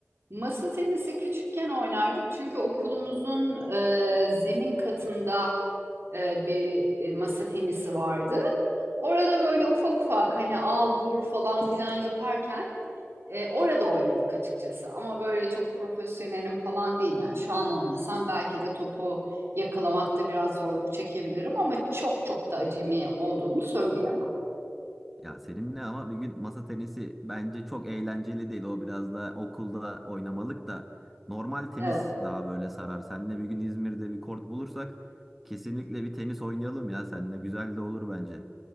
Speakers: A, on the right (about 55°); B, in the centre.
A: Masa tenisi küçükken oynardık çünkü okulumuzun e, zemin katında e, bir e, masa tenisi vardı. Orada böyle ufak ufak hani al vur falan filan yaparken e, orada oynadık açıkçası. Ama böyle çok profesyonelim falan değil yani şu an oynasam belki de topu yakalamakta biraz zorluk çekebilirim ama çok çok da acemi olduğumu söyleyemem.
B: Ya seninle ama bir gün masa tenisi bence çok eğlenceli değil. O biraz da okulda oynamalık da normal tenis
A: Evet.
B: daha böyle sarar. Seninle bir gün İzmir'de bir kort bulursak kesinlikle bir tenis oynayalım ya. Seninle güzel de olur bence.